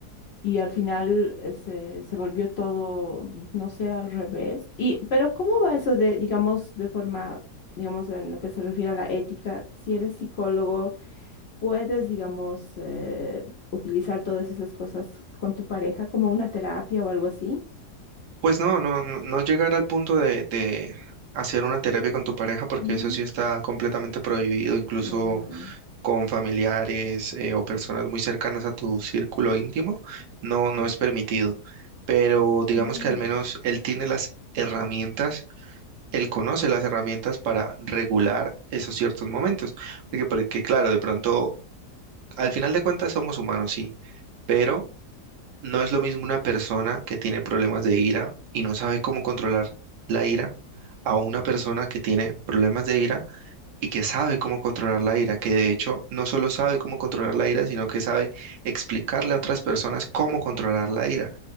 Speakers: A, on the left (about 60°); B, on the right (about 85°).
A: y al final eh, se, se volvió todo, mm, no sé, al revés. Y, pero ¿cómo va eso de, digamos, de forma, digamos, en lo que se refiere a la ética? Si eres psicólogo, puedes, digamos, eh, utilizar todas esas cosas con tu pareja como una terapia o algo así.
B: Pues no, no, no no llegar al punto de, de hacer una terapia con tu pareja, porque
A: Ujú.
B: eso sí está completamente prohibido, incluso
A: Mm,
B: con familiares eh, o personas muy cercanas a tu círculo íntimo, no, no es permitido. Pero digamos
A: mm,
B: que al menos él tiene las herramientas él conoce las herramientas para regular esos ciertos momentos. Porque, porque claro, de pronto, al final de cuentas somos humanos, sí, pero no es lo mismo una persona que tiene problemas de ira y no sabe cómo controlar la ira a una persona que tiene problemas de ira y que sabe cómo controlar la ira, que de hecho no solo sabe cómo controlar la ira, sino que sabe explicarle a otras personas cómo controlar la ira